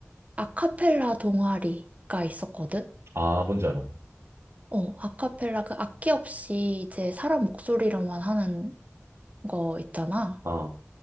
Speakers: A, on the right; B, on the right.
A: 아카펠라 동아리가 있었거든?
B: 아 뭔지 알아.
A: 어, 아카펠라 그 악기 없이 이제 사람 목소리로만 하는 거 있잖아.
B: 아,